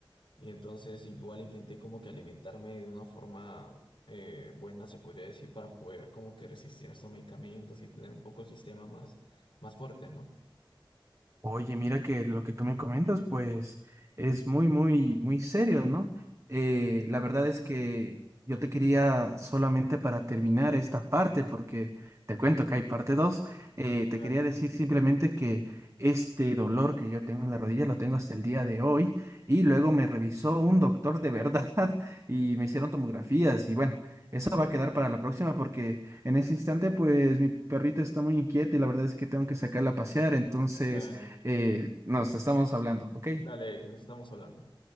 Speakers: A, on the left (about 80°); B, on the right (about 35°).
A: Y entonces igual intenté como que alimentarme de una forma eh, buena, se podría decir, para poder como que resistir a estos medicamentos y tener un poco el sistema más, más fuerte, ¿no?
B: Oye, mira que lo que tú me comentas, pues es muy, muy, muy serio, ¿no? Eh, la verdad es que yo te quería solamente para terminar esta parte, porque te cuento que hay parte 2, te
A: Claro,
B: quería decir simplemente que este dolor que yo tengo en la rodilla lo tengo hasta el día de hoy y luego
A: Mm,
B: me revisó un doctor de verdad <laughs> y me hicieron tomografías y bueno, eso va a quedar
A: claro.
B: para la próxima porque en ese instante pues mi perrito está muy inquieto y la verdad es que tengo que sacarla a pasear, entonces...
A: Dale,
B: Eh, nos estamos hablando, ¿ok?
A: dale, Eric, nos estamos hablando.